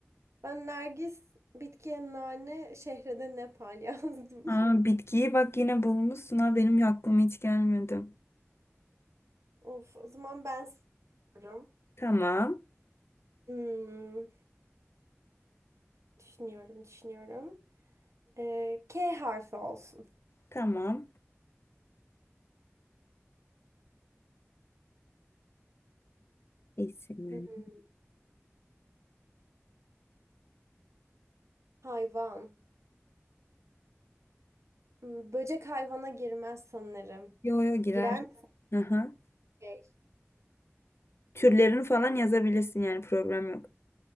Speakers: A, on the right; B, on the left.
A: Ben Nergis, bitkiye nane, şehrede Nepal <laughs> yazdım.
B: Aa, bitkiyi bak yine bulmuşsun ha benim aklıma hiç gelmedi.
A: Of, o zaman ben soruyorum.
B: Tamam.
A: Hmm, düşünüyorum, düşünüyorum. Ee, K harfi olsun.
B: Tamam. İsim.
A: Hmm, hayvan. Hmm, böcek hayvana girmez sanırım.
B: Yo yo girer.
A: Girer mi?
B: Aha.
A: Böcek.
B: Türlerini falan yazabilirsin yani problem yok.